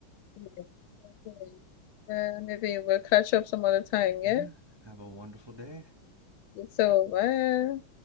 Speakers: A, on the left; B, on the right.
A: Yeah. Okay. Uh, maybe we'll catch up some other time,
B: Yeah,
A: yeah?
B: have a wonderful day.
A: So, bye.